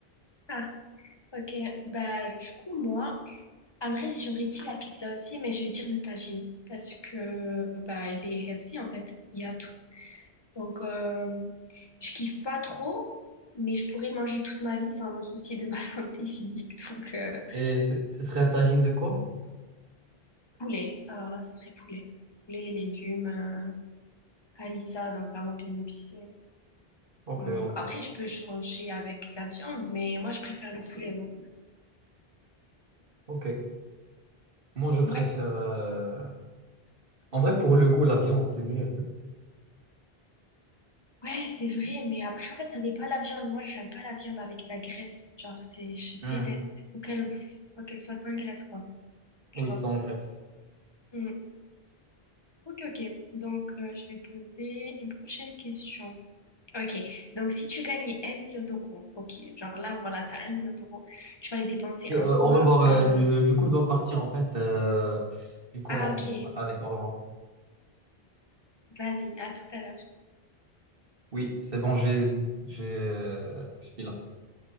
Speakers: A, on the left; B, on the right.
A: ah Ok, bah du coup moi, en vrai j'aurais dit la pizza aussi, mais je vais dire le tagine parce que bah il est healthy en fait, il y a tout. Donc euh, je kiffe pas trop, mais je pourrais le manger toute ma vie sans me soucier de ma <laughs> santé physique. Donc euh,
B: Et ce ce serait un tagine de quoi?
A: poulet, alors là ça serait poulet, poulet, légumes, euh, harissa, donc vraiment bien épicé.
B: Ok,
A: Hum,
B: ok,
A: Après je peux changer avec la viande, mais moi je préfère le poulet. moi.
B: ok. Moi, je préfère.
A: Ouais.
B: euh, En vrai, pour le goût, la viande, c'est mieux.
A: Ouais, c'est vrai, mais après, en fait, ça dépend de la viande. Moi, je n'aime pas la viande avec de la graisse. Genre, c'est, je
B: Hmm.
A: déteste. Faut qu'elle, faut qu'elle soit sans graisse, quoi. Tu
B: Oui,
A: vois?
B: sans graisse.
A: Mm. Ok, ok. Donc, euh, je vais poser une prochaine question. Ok. Donc, si tu gagnais un million d'euros, ok. Genre là, voilà, t'as un million d'euros. Tu vas les dépenser
B: Et,
A: en
B: euh,
A: quoi?
B: au revoir. euh,
A: Euh,
B: du, euh, du coup, je dois partir en fait. euh, Du coup,
A: Ah,
B: on-
A: ok.
B: allez, au revoir.
A: Vas-y, à tout à l'heure.
B: Oui, c'est bon, j'ai, j'ai, euh, je suis là.